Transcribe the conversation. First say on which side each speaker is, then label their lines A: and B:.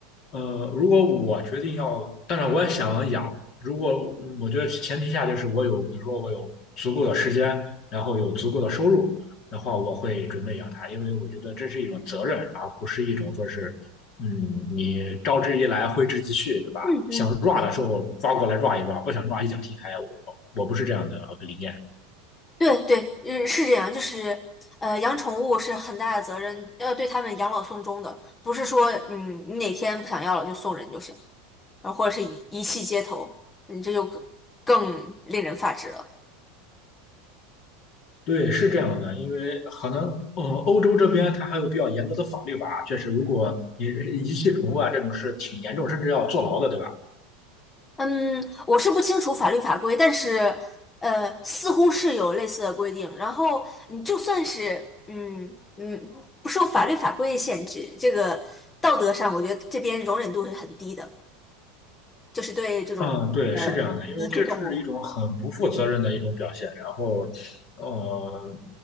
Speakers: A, on the left; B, on the left.
A: 呃，如果我决定要，当然我也想养。如果我觉得前提下就是我有，比如说我有足够的时间，然后有足够的收入的话，我会准备养它，因为我觉得这是一种责任，而不是一种说是，嗯，你招之即来，挥之即去，对吧？
B: 嗯，
A: 想 rua
B: 嗯，
A: 的时候抓过来 rua 一 rua，不想 rua 一脚踢开。我我不是这样的理念。
B: 对对对，嗯，是这样，就是呃，养宠物是很大的责任，要对它们养老送终的，不是说嗯你哪天不想要了就送人就行，然后或者是遗遗弃街头，你这就更更令人发指了。
A: 对，是这样的，因为可能，嗯，欧洲这边它还有比较严格的法律吧，确实，如果你遗弃宠物啊，这种事挺严重，甚至要坐牢的，对吧？
B: 嗯，我是不清楚法律法规，但是呃，似乎是有类似的规定。然后你就算是嗯嗯不受法律法规限制，这个道德上，我觉得这边容忍度是很低的，就是对这种呃遗弃动物，
A: 嗯，对，是这样的，因为这是一种很不负责任的一种表现，然后，呃，